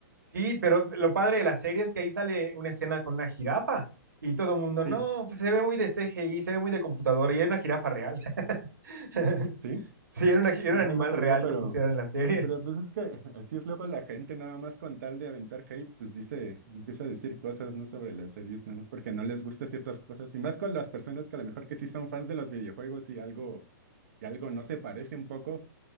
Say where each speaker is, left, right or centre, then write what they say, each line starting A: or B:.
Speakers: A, on the right; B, on the right.
A: Sí, pero lo padre de la serie es que ahí sale una escena con una jirafa y todo el mundo,
B: Sí,
A: no, pues se ve muy de CGI, se ve muy de computadora y era una jirafa real. <laughs>
B: sí.
A: sí, era, una, era
B: No,
A: un animal
B: no sabía,
A: real
B: pero,
A: que pusieron en la serie.
B: pero pues es que <laughs> así es luego la gente, nada más con tal de aventar hate, pues dice, empieza a decir cosas, ¿no? Sobre las series, nada más porque no les gustan ciertas cosas. Y más con las personas que a lo mejor que sí son fans de los videojuegos y algo, y algo no se parece un poco,